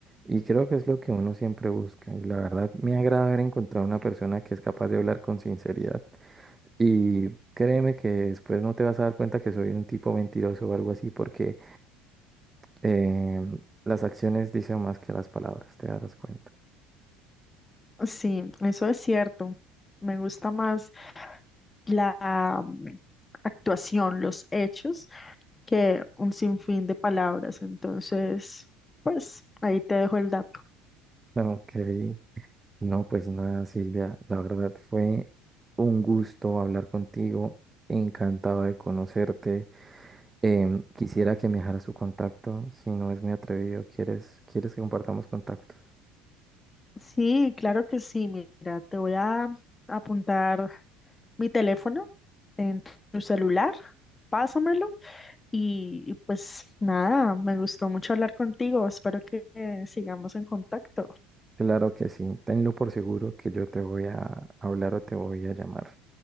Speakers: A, on the right (about 20°); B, on the left (about 20°).
A: Y creo que es lo que uno siempre busca. Y la verdad me agrada haber encontrado una persona que es capaz de hablar con sinceridad. Y créeme que después no te vas a dar cuenta que soy un tipo mentiroso o algo así, porque eh, las acciones dicen más que las palabras, te darás cuenta.
B: Sí, eso es cierto. Me gusta más la mm, actuación, los hechos que un sinfín de palabras. Entonces, pues ahí te dejo el dato.
A: Ok, no, pues nada, Silvia, la verdad fue un gusto hablar contigo, encantado de conocerte. Em, quisiera que me dejara su contacto, si no es muy atrevido, ¿quieres, quieres que compartamos contactos?
B: Sí, claro que sí. Mira, te voy a apuntar mi teléfono en tu celular. Pásamelo y, y pues nada, me gustó mucho hablar contigo. Espero que eh, sigamos en contacto.
A: Claro que sí, tenlo por seguro que yo te voy a hablar o te voy a llamar.